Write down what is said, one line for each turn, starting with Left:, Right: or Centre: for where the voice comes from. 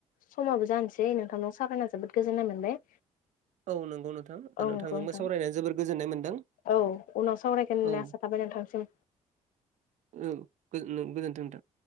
Left: समाबो जानोसै नोंथांनाव सारायना जोबोद गोजोननाय मोनबाय।
Right: औ नंगौ नोंथां
Left: औ
Right: नोंथांजोंबो
Left: नंगौ नोंथां
Right: सावरायनाय जोबबोद गोजोन्नाय मोनदों
Left: औ उनाव सावरायगोन होनना
Right: औ
Left: आसा थाबाय नोंथांसिम
Right: औ गोज नों गोजोनथों नोंथां